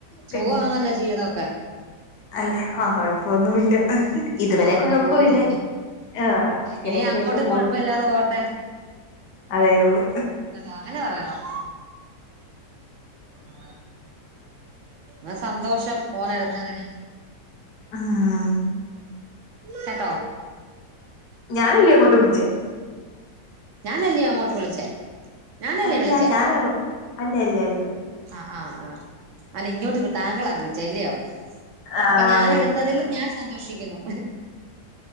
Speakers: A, on the left; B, on the right.
A: പിന്നെ
B: സുഖമാണന്നല്ലോ ജീവിതമൊക്കെ
A: അല്ല ആഹ കൊയപ്പമൊന്നില്ല ഇതുവരെ
B: ഇങ്ങനെ ഇങ്ങനെ
A: കൊഴപ്പമില്ല
B: പോകുന്നു
A: ആ അങ്ങനെയൊക്കെഅങ്
B: ഇനി അങ്ങോട്ടും
A: പോന്നു
B: കൊഴപ്പമില്ലാതെ പോട്ടെ
A: അതേ ഉള്ളു
B: കേട്ടോ അങ്ങനെ പറയണം ആ എന്നാ സന്തോഷം ഫോണ് എടുത്തതിന്
A: ആഹ
B: കേട്ടോ
A: ഞാനല്ലേ അങ്ങോട്ട് വിളിച്ചേ
B: ഞാനല്ലേ അങ്ങോട്ട് വിളിച്ചേ ഞാനല്ലേ
A: അല്ല
B: വിളിച്ചേ
A: ഞാനാ അങ്ങോട്ട് അല്ല അല്ലേ അല്ലേ
B: ആ് ആ് ആ് അല്ല ഇങ്ങോട്ട് താങ്കളാ വിളിച്ച അല്ലയോ
A: ആഹ്
B: അപ്പൊ ഞാൻ
A: അത്
B: എടുത്തതിലും
A: തന്നെ
B: ഞാൻ സന്തോഷിക്കുന്നു